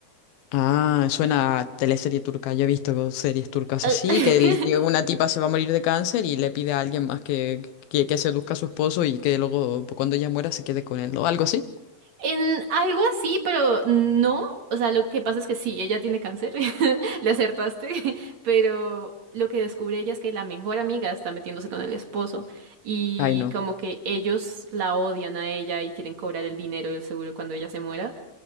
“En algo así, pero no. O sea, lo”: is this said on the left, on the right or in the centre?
Right